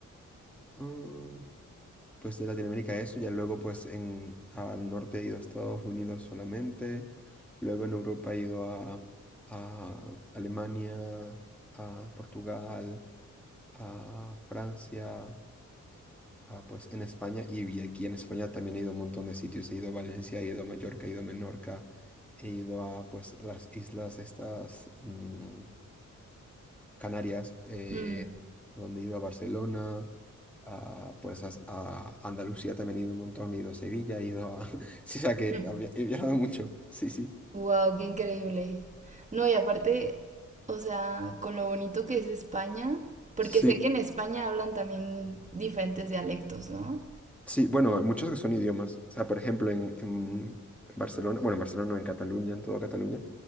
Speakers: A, in the centre; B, on the right.
A: Ah. pues de Latinoamérica eso, ya luego pues en, al norte he ido a Estados Unidos solamente, luego en Europa he ido a, a Alemania, a Portugal, a Francia, a, pues en España y vi- aquí en España también he ido a un montón de sitios, he ido a Valencia, he ido a Mallorca, he ido a Menorca, he ido a pues las islas estas mm, Canarias, eh,
B: Mm.
A: donde he ido a Barcelona, a, pues a, a Andalucía también he ido un montón, he ido a Sevilla, he ido a... <laughs> Sí, o sea que
B: <laughs>
A: había- he viajado mucho, sí, sí.
B: Wow, qué increíble. No, y aparte, o sea, con lo bonito que es España, porque
A: Sí.
B: sé que en España hablan también diferentes dialectos, ¿no?
A: Sí, bueno, hay muchos que son idiomas. O sea, por ejemplo, en, en Barcelona, bueno, en Barcelona, no, en Cataluña, en toda Cataluña,